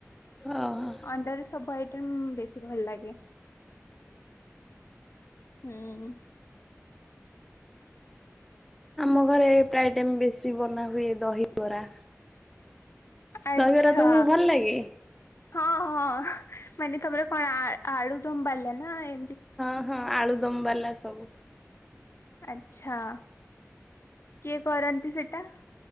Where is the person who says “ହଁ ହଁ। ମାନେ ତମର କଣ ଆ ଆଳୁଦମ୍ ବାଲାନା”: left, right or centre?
Left